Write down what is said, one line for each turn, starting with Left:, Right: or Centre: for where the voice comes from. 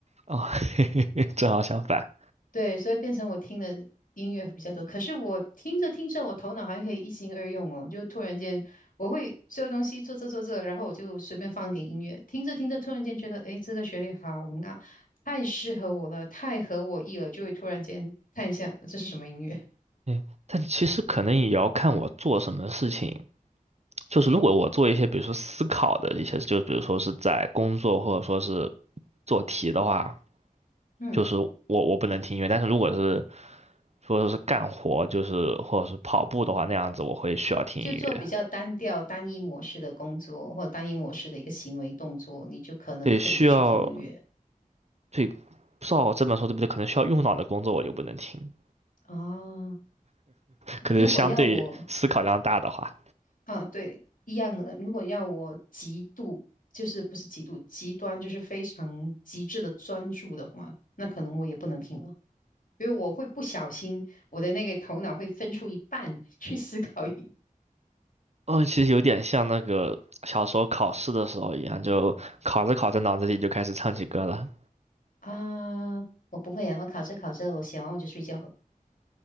Right: 哦，<laughs> 正好相反。
Left: 对，所以变成我听的音乐比较多。可是我听着听着，我头脑像可以一心二用哦，就突然间我会这东西做这做这，然后我就随便放点音乐，听着听着，突然间觉得，诶，这个旋律好那太适合我了，太合我意了，就会突然间看一下这是什么音乐，
Right: 嗯，但其实可能也要看我做什么事情。就是如果我做一些，比如说思考的一些，就比如说是在工作或者说是做题的话，
Left: <laughs> 嗯，
Right: 就是我我不能听音乐。但是如果是说是干活，就是或者是跑步的话，那样子我会需要听音乐。
Left: 就做比较单调、单一模式的工作或单一模式的一个行为动作，你就可能可以去听音乐。
Right: 对，需要所以不知道这本书对不对，可能需要用脑的工作我就不能听，
Left: 啊，
Right: 可能相对思考量大的话，
Left: 如果要我，啊，对，一样的。如果要我极度，就是不是极度，极端就是非常极致的专注的话，那可能我也不能听了，因为我会不小心，我的那个头脑会分出一半 <laughs> 去思考一
Right: 嗯，其实有点像那个小时候考试的时候一样，就考着考着脑子里就开始唱起歌了，
Left: 啊，我不会啊，我考着考着，我写完我就睡觉了，